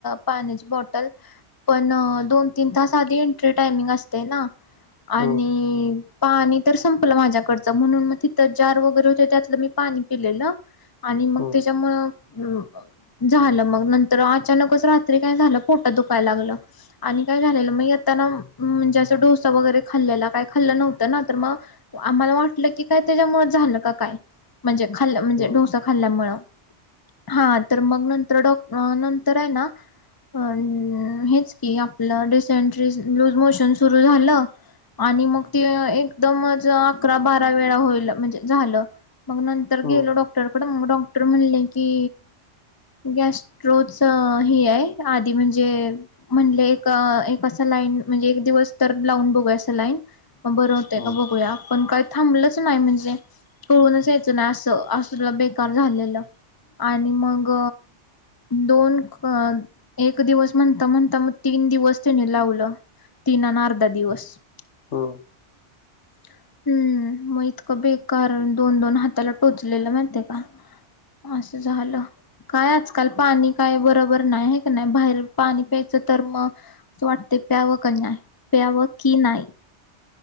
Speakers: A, on the left; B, on the left.
A: पाण्याची एक बॉटल पण दोन तीन तास आधी एंट्री टायमिंग असतय ना आणि
B: हम्म
A: पाणी तर संपलं माझ्याकडचं म्हणून मग तिथं जार वगैरे होते त्यातलं मी पाणी पिलेलं आणि मग
B: हम्म
A: त्याच्यामुळं झालं मग नं तर अचानकच रात्री काय झालं पोट दुखाय लागलं आणि काय झालेलं मग येताना म्हणजे अस तिथं डोसा वगैरे खाल्लेला काई खाल्लं नव्हतं ना तर मग मला वाटलं की काय त्याच्यामुळे झालं का काय म्हणजे खाल् म्हणजे
B: हम्म
A: डोसा खाल्ल्यामुळ हा तर मग नंतर डॉक्ट नंतरे ना अ हेच की आपलं डीसेंट्री लूज मोशन सुरू झालं आणि मग ते एकदमच अकरा, बारा वेळा होईल म्हणजे झालं मग नंतर
B: हम्म
A: गेलो डॉक्टरकड मग डॉक्टर म्हणले की गॅस्ट्रोच हे आहे आधी म्हणजे म्हणले एक असं लाईन म्हणजे एक दिवस तर लावून बघूया असं लाईन म बरं होतय
B: हम्म
A: का बघूया आपण काय थांबलंच नाही म्हणजे कळूनच यायचं ना असं असलं बेकार झालेलं आणि मग दोन एक अ दिवस म्हणता, म्हणता मग तीन दिवस त्याने लावलं तीन अन अर्धा दिवस
B: हम
A: <unintelligible> हम्म मग इतकं बेकार दोन, दोन हाताला टोचलेलं माहिते का असं झालं काय आजकाल पाणी काय बरोबर नाही आहे का नाय बाहेर पाणी प्यायचं तर मग असं वाटत प्याव कनाय प्यावं की नाही.